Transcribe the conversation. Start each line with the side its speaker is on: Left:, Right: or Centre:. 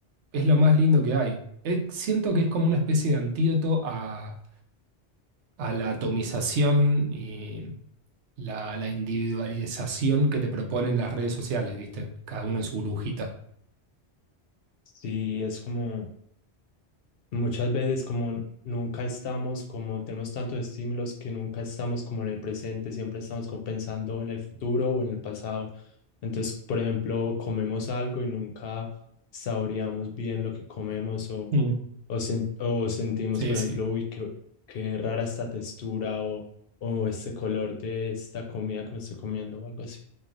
Right: es lo más lindo que hay. Es- siento que es como una especie de antídoto a, a la atomización y la, la individualización que te proponen las redes sociales, ¿viste? Cada uno en su burbujita.
Left: Sí, es como... Muchas veces como nunca estamos, como tenemos tantos estímulos que nunca estamos como en el presente, siempre estamos como pensando en el futuro o en el pasado. Entonces, por ejemplo, comemos algo y nunca saboreamos bien lo que comemos o,
Right: Mm.
Left: o, sen- o sentimos,
Right: Sí,
Left: por
Right: sí.
Left: ejemplo, uy, qué, qué rara esta textura o, o este color de esta comida que me estoy comiendo o algo así.